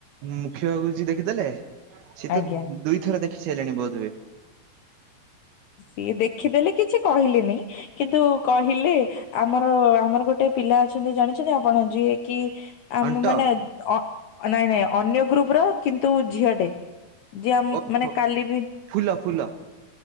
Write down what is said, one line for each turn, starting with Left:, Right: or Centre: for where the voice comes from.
Right: ମୁଖ୍ୟ ଗୁରୁଜୀ ଦେଖିଦେଲେ। ସିଏ
Left: ଆଜ୍ଞା
Right: ତ ଦୁଇଥର ଦେଖ <unintelligible> ହେଲେଣି ବୋଧ ହୁଏ।
Left: ସିଏ ଦେଖିଦେଲେ କିଛି କହିଲେନି କିନ୍ତୁ କହିଲେ ଆମର ଆମର ଗୋଟେ ପିଲା ଅଛନ୍ତି ଜାଣିଛନ୍ତି ଆପଣ ଯିଏ କି ଆମ
Right: ଅଣ୍ଟ
Left: ମାନେ ନାଇଁ ନାଇଁ ଅନ୍ୟ ଗ୍ରୁପ ର କିନ୍ତୁ ଝିଅ ଟେ ଯିଏ ଆମ
Right: ଓହୋ
Left: ମାନେ କାଲି ବି
Right: ଫୁଲ ଫୁଲ